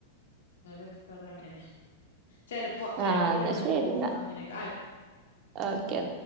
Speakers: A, on the left; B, on the right.
A: ഒക്കെ കഥ അങ്ങനെയാ ചെലപ്പോ ചെലപ്പോ
B: ആഹ് എന്നാ
A: ഇവിടുന്ന്
B: ശരി
A: പോകോ
B: എന്നാ
A: അങ്ങനെയൊക്കെ ആയ്.
B: ഓക്കെ എന്നാ